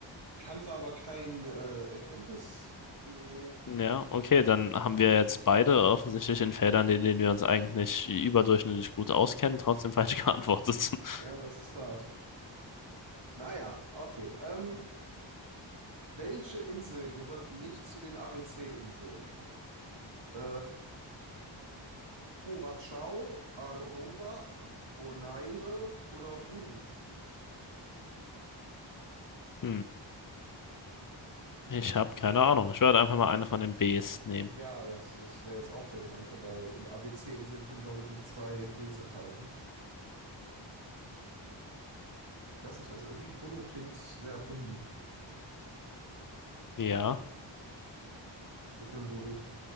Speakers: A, on the right (about 65°); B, on the left (about 45°).
A: Kant war aber kein äh, Erkenntnisphilosoph.
B: ja, okay, dann haben wir jetzt beide offensichtlich in Feldern, in denen wir uns eigentlich überdurchschnittlich gut auskennen, trotzdem falsch geantwortet. <laughs>
A: Ja, das ist hart. Naja, okay. Ähm, welche Insel gehört nicht zu den ABC-Inseln? Äh, Curacao, Aruba, Bonaire oder Buru.
B: Hm, ich habe keine Ahnung. Ich werde einfach mal eine von den Bs nehmen.
A: Ja, das, das wäre jetzt auch der Gedanke, weil die ABC-Inseln können, glaube ich, nicht zwei Bs enthalten. Ich weiß nicht, also irgendwie Buru klingt sehr erfunden.
B: Ja,
A: Ich nenne Buru.